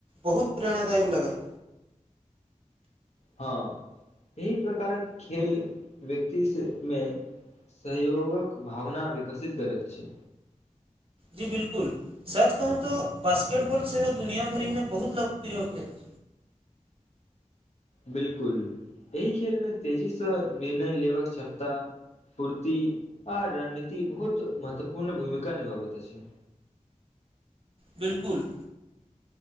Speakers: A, on the right (about 45°); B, on the left (about 55°).
A: बहुत प्रेरणादायक लगल
B: हँ एहि प्रकारक खेल व्यक्ति सँ में सहयोगक भावना विकसित करैत अछि
A: जी बिल्कुल सच के कहू तो बास्केटबॉल सेहो दुनिया भरि में बहुत लोकप्रिय खेल है
B: बिल्कुल एहि खेल में तेजी सँ निर्णय लेबक क्षमता पूर्ति आ रणनीति बहुत महत्वपूर्ण भूमिका निभाबैत अछि
A: बिल्कुल